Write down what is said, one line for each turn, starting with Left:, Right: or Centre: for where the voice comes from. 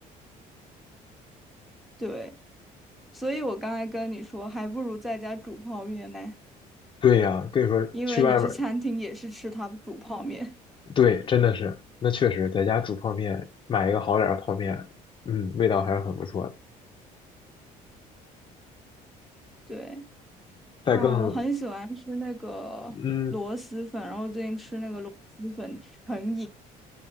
Centre: <laughs> 对，所以我刚才跟你说，还不如在家煮泡面呢。
Left: 对呀，跟你说去外面儿
Centre: 因为你去餐厅也是吃他煮泡面。
Left: 对，真的是，那确实在家煮泡面，买一个好点儿的泡面，嗯，味道还是很不错的。
Centre: <laughs> 对
Left: 再更，
Centre: 啊，我很喜欢吃那个螺蛳粉，
Left: 嗯，
Centre: 然后最近吃那个螺蛳粉成瘾，